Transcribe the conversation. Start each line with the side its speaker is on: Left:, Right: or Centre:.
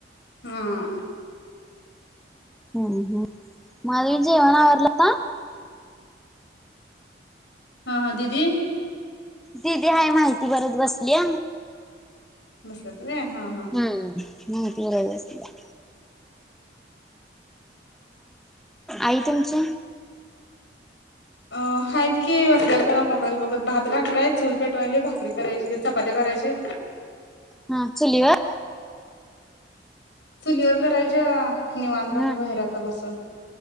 Left: हम
Centre: हम्म हम्माधवी जेवण आवरलं का
Left: हा हा दीदी
Centre: दीदी हाय माहिती परत बसलीया
Left: बसला त व्हय हा हा
Centre: हम्म माहिती भराय बसल्या आई तुमची
Left: अ आहेत की असल्या जरा मोबाईल बघत भात घातलाय चुल पेटवायला भाकरी करायची चपात्या करायच्या
Centre: हा चुलीवर
Left: चुलीवर करायच्या निवांत वाणी
Centre: हा
Left: बाहेर आता बसुन.